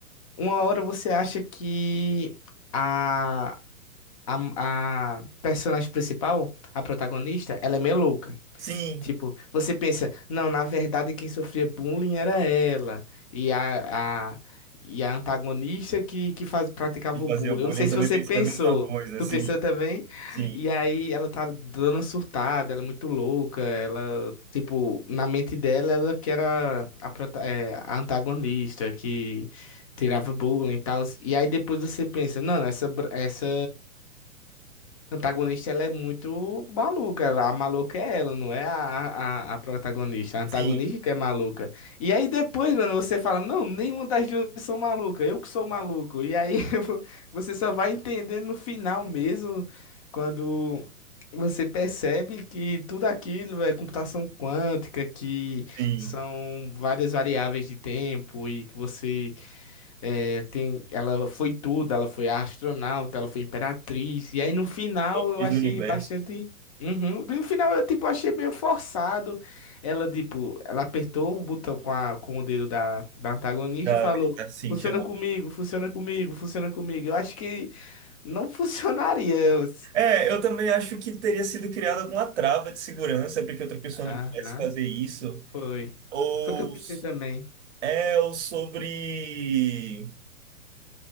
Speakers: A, on the left (about 25°); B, on the right (about 55°).
A: uma hora você acha que a, a, a personagem principal, a protagonista, ela é meio louca.
B: Sim,
A: Tipo, você pensa, não, na verdade quem sofria bullying era ela. E a, a, e a antagonista que, que faz, praticava
B: de
A: o
B: fazer
A: bullying.
B: o bullying,
A: Eu não sei
B: eu
A: se
B: também
A: você
B: pensei
A: pensou.
B: a mesma coisa,
A: Tu
B: assim,
A: pensou também?
B: sim,
A: E aí ela tá dando uma surtada, ela é muito louca. Ela, tipo, na mente dela, ela que era a, prota- é, a antagonista, que tirava bullying e tal. E aí depois você pensa, não, essa, br- essa antagonista ela é muito maluca. A maluca é ela, não é a, a, a protagonista. A antagonista
B: sim,
A: que é maluca. E aí depois, mano, você fala, não, nenhuma das duas são maluca, eu que sou maluco. E aí <laughs> você só vai entender no final mesmo, quando você percebe que tudo aquilo é computação quântica, que
B: sim,
A: são várias variáveis de tempo e que você é, tem, ela foi tudo, ela foi astronauta, ela foi imperatriz. E aí no final eu
B: fiz
A: achei
B: no universo.
A: bastante. Uhum. No final eu tipo achei meio forçado. Ela tipo, ela apertou o botão com, a, com o dedo da, da antagonista
B: Da,
A: e falou:
B: da- sim,
A: "Funciona
B: chamou.
A: comigo, funciona comigo, funciona comigo". Eu acho que não <laughs> funcionaria. Eu-
B: É, eu também acho que teria sido criada alguma trava de segurança para que outra pessoa
A: Aham,
B: não pudesse fazer isso.
A: foi.
B: Ou,
A: Foi o que eu pensei também.
B: é, ou sobre,